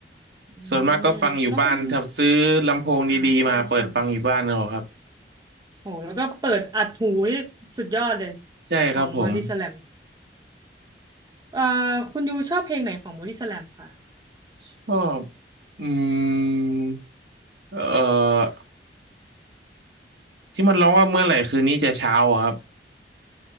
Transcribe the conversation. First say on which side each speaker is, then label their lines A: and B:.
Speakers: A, on the right; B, on the right.
A: อืมแล้วคุณ
B: ส่วนมากก็ฟังอยู่บ้านถ้าซื้อลำโพงดีๆมาเปิดฟังอยู่บ้านเอาครับ
A: อ่าใช่ใช่โหแล้วก็เปิดอัดหูนี่สุดยอดเลย
B: ใช่ครับผม
A: ของบอดี้สแลมเอ่อคุณยูชอบเพลงไหนของบอดี้สแลมค่ะ
B: ชอบอืมเอ่อที่มันร้องว่าเมื่อไหร่คืนนี้จะเช้าอะครับ